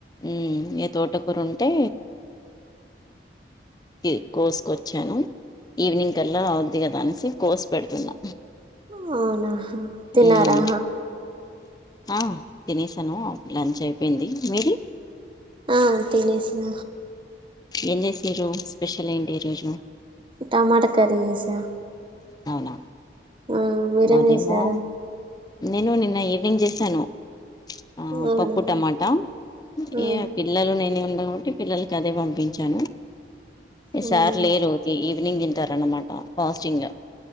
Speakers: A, on the left; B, on the right.
A: ఉమ్ ఇగ తోట కూరుంటే తీ కోసుకొచ్చాను. ఈవినింగ్ కల్లా అవుద్ది కదా అనేసి కోస్ పెడుతున్నా
B: అవునాహా తిన్నారా?
A: ఉమ్, ఆ తినేసాను, లంచ్ అయిపోయింది. మీది
B: ఆ తినేసిన
A: ఏం జేస్సిరు, స్పెషల్ ఏంటి ఈరోజు
B: టమాట కర్రీ జేసా.
A: అవునా!
B: ఆ మీరేం
A: మాదేమో
B: జేసారు?
A: నేను నిన్న ఈవినింగ్ జేసాను. ఆ
B: అవునా
A: పప్పు టమాటా
B: ఆ
A: ఇగ పిల్లలు నేనే ఉండ గాబట్టి పిల్లలకి అదే పంపించాను. ఏ
B: అవునా
A: సార్
B: ఆ
A: లేరు. ఈవినింగ్ దింటారు అన్నమాట ఫాస్టింగ్